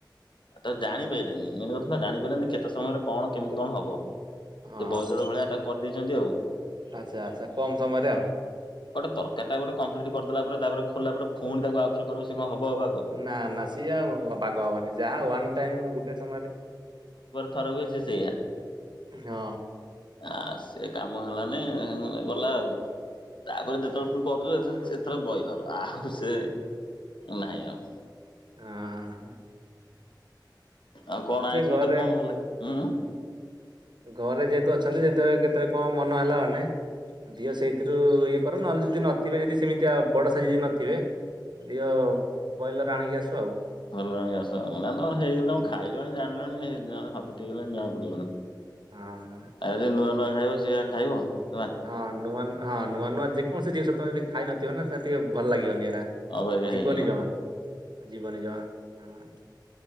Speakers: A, on the left (about 80°); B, on the right (about 65°).
A: ଆଉ ତ ଜାଣିପାରିଲେନି ମେନ କଥା। ଜାଣିପାରିଲାନି କେତେ ସମୟରେ କଣ କେମିତି କଣ ହବ?
B: ହଁ
A: ସେ ବଇଲର
B: ହଁ।
A: ଭଳିଆ ତାକୁ କରିଦେଇଛନ୍ତି ଆଉ।
B: ଆଚ୍ଛା ଆଚ୍ଛା। କମ ସମୟରେ ଆଉ।
A: ଗୋଟେ ତରକାରୀଟା ଗୋଟେ କମ୍ପ୍ଲିଟ୍ କରିଦେଲା ପରେ ତାପରେ ଖୋଲାପରେ ପୁଣି ତାକୁ ଆଉଥରେ କରିବ। କଣ ହବ ହବ ଆଗ।
B: ନା ନା ସିଏ ଆଉ ବାଗ ହବନି। ଯାହା ୱାନଟାଇମ ଗୋଟେ ସମୟରେ
A: ଥର ହୁଏ ସିଏ ସେଇଆ।
B: ହଁ।
A: ଆ ସେ କାମ ହେଲାନି ଗଲା ଆଉ। ତାପରେ ଯେତେବେଳେ ପୁଣି କରୁଛ ଏଥର ବଏଲର ଆଉ ସେ ନାହିଁ ଆଉ।
B: ହଁ ହଁ।
A: ଆଉ କଣ ଆଇଁଷ
B: ଘରେ
A: ତ କଣ ଭଲଲାଗେ? ହୁଁ ଉ।
B: ଘରେ ଯେହେତୁ ଅଛନ୍ତି ଯେତେବେଳେ କେତେବେଳେ କଣ ମନ ହେଲା ମାନେ, ଦିଅ ସେଇଥିରୁ ଇଏ କର ନହେଲେ ଯଦି ନଥିବେ ଯଦି ସେମିତିଆଉ ବଡ଼ ସାଇଜି ଯଦି ନଥିବେ ଦିଅ ଉ। ବ୍ରଇଲର ଆଣିକି ଆସ ଆଉ।
A: ଭଲ ହେଇକି ଆସ ଆଉ। ନା ତମର ହେଇଗ ତମ
B: ହଁ
A: ଖାଇଲଣି ଜାଣିଲଣି? ଯା <inaudible> ହାବିଟିଗଲାନି ଜମାପଡିବନି
B: ହଁ।
A: ଆରେ ନୂଆ ନୂଆ ଖାଇବ ସେଇଆ ଖାଇବ। <unintelligible>
B: ହଁ ନୂଆ ହଁ ନୂଆ ନୂଆ ଯେ କୌଣସି ଜିନିଷ ତକ ଖାଇନଥିବ ନା ସେତିକି ଭଲ ଲାଗିବନି ଏ।
A: ଅବାଗିଆ
B: ଯିବନି
A: ହେଇଯିବ।
B: ଜମା। ଜିବନୀ ଜମା ହୁଁ।